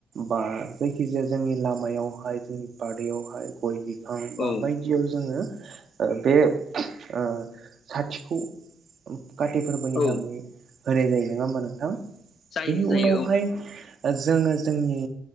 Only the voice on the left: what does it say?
औ
औ
औ
जायो
जायो